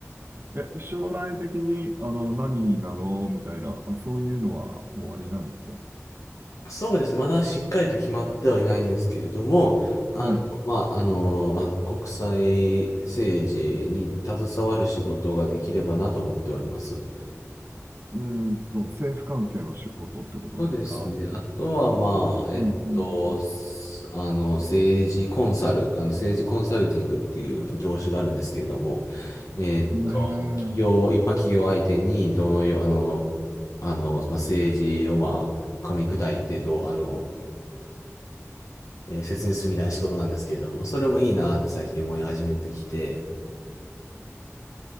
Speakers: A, on the right; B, on the left.
A: え、将来的に、あの、何になろうみたいな、あ、そういうのは終わりなんですか
B: そうです。まだしっかりと決まってはいないんですけれども、
A: はい。
B: あの、まあ、あの、まあ、国際政治に携わる仕事ができればなと思っております。
A: うーんと、政府関係の仕事ってことですか
B: そうですね。あとは、まあ、えっと、
A: うん
B: すあの、政治コンサル、あの、政治コンサルティングっていうあの業種があるんですけれども、えっと、
A: うん。ねえ。
B: 企業、一般企業相手に、どのよう、あの、あの、まあ、政治を、まあ、噛み砕いて、どう、あの、えー説明するみたいな仕事なんですけれども、それもいいなって最近思い始めてきて、